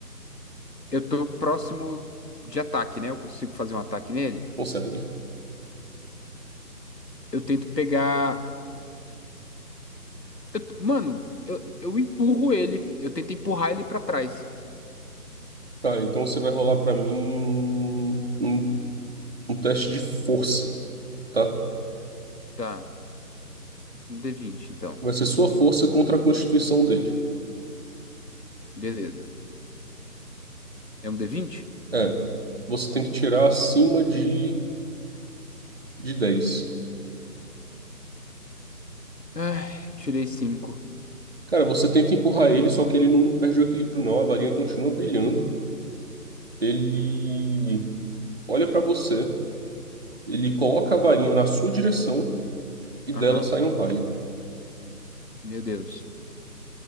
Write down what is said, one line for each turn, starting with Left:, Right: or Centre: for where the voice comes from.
Left: eu tô próximo de ataque, né? Eu consigo fazer um ataque nele.
Right: Consegue?
Left: Eu tento pegar Eu- mano, eu, eu empurro ele. Eu tento empurrar ele pra trás.
Right: Tá, então você vai rolar pra mim um, um, um teste de força, tá?
Left: Tá. Um D20, então.
Right: Vai ser sua força contra a constituição dele.
Left: Beleza. É um D20?
Right: É, você tem que tirar acima de, de dez
Left: Ai, eu tirei cinco
Right: Cara, você tenta empurrar ele, só que ele não perde o equilíbrio, não. A varinha continua brilhando. Ele olha pra você, ele coloca a varinha na sua direção e dela
Left: Aham.
Right: sai um raio.
Left: Meu Deus.